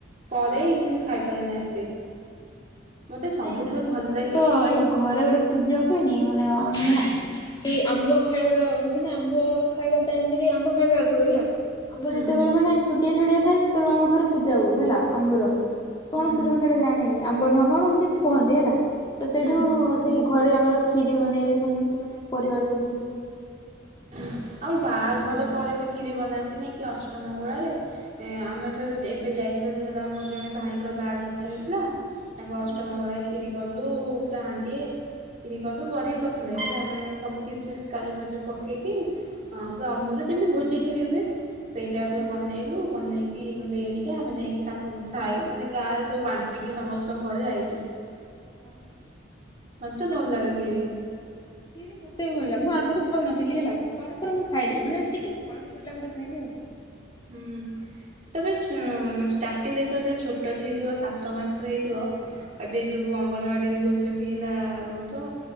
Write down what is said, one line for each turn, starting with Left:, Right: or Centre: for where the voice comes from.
Right: କରେ ହିଁ କିନ୍ତୁ ଖାଇପାରେନା ଏତେ। ମତେ ସବୁଠାରୁ
Left: ନାଇଁ କ୍ଷୀରି
Right: ଭଲ
Left: ଆମର
Right: ଲାଗେ
Left: ଏଇ ଘରେ ଗୋଟେ। ପୂଜା ହୁଏନି ମାନେ ଅ ନ। ସେଇ ଆମ୍ବ ଖାଇବା ମାନେ ଆମ୍ବ ଖାଇବା ଟାଇମ୍ ରେ ଆମ୍ବ ଖାଇବା ଆଗୁରୁ ହେଲା। ଆମ୍ବ
Right: ହୁଁ
Left: ଯେତେବେଳେ ମାନେ ଛୋଟିଆ, ଛୋଟିଆ ଥାଏ ସେତେବେଳେ ଆମ ଘରେ ପୂଜା ହୁଏ ହେଲା ଆମର କ'ଣ
Right: ହୁଁ
Left: ପୂଜା ସେଟା ଜାଣିନି ଆମ୍ବ ନୂଆ କ'ଣ ଏମିତି କୁହନ୍ତି ହେଲା ତ ସେଇଠୁ
Right: ହୁଁ।
Left: ସେଇ। ଘରେ ଆମର କ୍ଷୀରି ବନେଇବେ ସମସ୍ତେ ମାନେ ପରିବାର ସବୁ।
Right: ହୁଁ ଆଉ ବାହାଘର ପରେ ବି କ୍ଷୀରି ବନାନ୍ତିନି କି ଅଷ୍ଟମଗୁଳାରେ। ଏ ଆମେ ଥରେ ଏବେ ଯାଇଥିଲି ହେଲା ମୋ ଜଣେ ଭାଇଙ୍କର ବାହାଘର ତ ହେଇଥିଲା। ତାଙ୍କ ଅଷ୍ଟମଙ୍ଗଳାରେ
Left: ହୁଁ
Right: କ୍ଷୀରି କଲୁ ପୁରା ହାଣ୍ଡିଏ। ଖିରି କଲୁ ବଢ଼ିଆ କରିଥିଲେ ହେଲା ମାନେ ସବୁ କିସ୍ମିସ୍ କାଜୁ, ଫାଜୁ ପକେଇ। ପକେଇକି ଅଁ ପୁରା ଅମୁଲୁ ଯେମିତି ଭୋଜି କ୍ଷୀରି ହୁଏ ସେଇ ଟାଇପ୍
Left: ହୁଁ
Right: ର ବନେଇଲୁ ବନେଇକି। କି ମୋ ଦେଇ ହେରିକା ଆମେ ନେଇକି ତାଙ୍କ ସାଇ ମାନେ ଗାଁରେ ସବୁ ବାଣ୍ଟିକି ସମସ୍ତଙ୍କ ଘରେ ଆଇଲୁ।
Left: ହଁ।
Right: ମତେ ଭଲ ଲାଗେ ଖିରି।
Left: ଖିରି ମତେ ବି ଭଲ ଲାଗେ ମୁଁ ଆଗୁରୁ। ଖାଉନଥିଲି ହେଲା ପରେ, ପରେ ମୁଁ ଖାଇଲି ମାନେ ଟିକେ ବଡ ହେଇଗଲା ପରେ ଖାଇଲି ଆଉ।
Right: ହୁଁ। ତମେ ଛ ଷ୍ଟାର୍ଟିଂ ଦେଖିବ ଯଦି ଛୋଟ ହେଇଥିବ ସାତ ମାସର ହେଇଥିବ। ଏବେ ସବୁ ଅଙ୍ଗନବାଡିରେ ଦଉଛନ୍ତି ହେଲା କଁ ତ